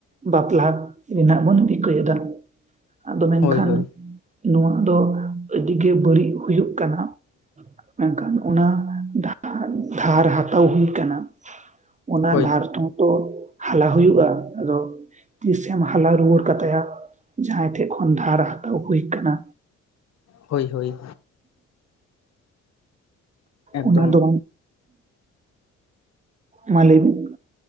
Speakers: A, on the right; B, on the left.
A: ᱵᱟᱯᱞᱟ ᱨᱮᱱᱟᱜ ᱵᱚᱱ ᱨᱤᱠᱟᱹᱭᱫᱟ᱾ ᱟᱫᱚ ᱢᱮᱱᱠᱷᱟᱱ
B: ᱦᱳᱭ ᱦᱳᱭ
A: ᱱᱚᱣᱟ ᱫᱚ ᱟᱹᱰᱤ ᱜᱮ ᱵᱟᱹᱲᱤᱡ ᱦᱩᱭᱩᱜ ᱠᱟᱱᱟ, ᱢᱮᱱᱠᱷᱟᱱ ᱚᱱᱟ ᱫᱷᱟᱨ ᱫᱷᱟᱨ ᱦᱟᱛᱟᱣ ᱦᱩᱭ ᱠᱟᱱᱟ᱾ ᱚᱱᱟ
B: ᱦᱳᱭ
A: ᱫᱷᱟᱨ ᱴᱷᱚᱝᱠᱚ ᱦᱟᱞᱟ ᱦᱩᱭᱩᱜ-ᱟ᱾ ᱟᱫᱚ ᱛᱤᱥᱮᱢ ᱦᱟᱞᱟ ᱨᱩᱣᱟᱹᱲ ᱠᱟᱛᱟᱭᱟ? ᱡᱟᱦᱟᱸᱭ ᱴᱷᱮᱡ ᱠᱷᱚᱱ ᱫᱷᱟᱨ ᱦᱟᱛᱟᱣ ᱦᱩᱭ ᱠᱟᱱᱟ᱾
B: ᱦᱳᱭ ᱦᱳᱭ᱾ ᱮᱠᱫᱚᱢ
A: ᱚᱱᱟ ᱫᱚ ᱢᱟ ᱞᱟᱹᱭᱵᱤᱱ᱾